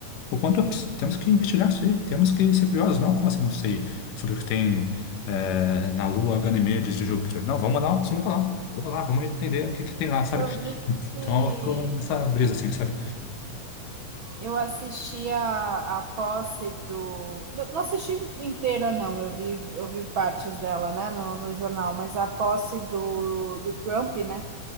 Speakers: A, on the left; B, on the right.
A: O quanto antes, temos que investigar isso aí, temos que ser curiosos. Não, como assim não sei sobre o que tem eh, na Lua Ganymedes de Júpiter? Não, vamos mandar uma sonda pra lá. Vamos lá, vamos entender o que, que tem lá, sabe?
B: Eu vi que
A: Então ficou nessa brisa assim, sabe?
B: eu assisti a, a posse do. não assisti inteira, não. Eu vi, eu vi partes dela, né, no, no jornal, mas a posse do, do Trump, né?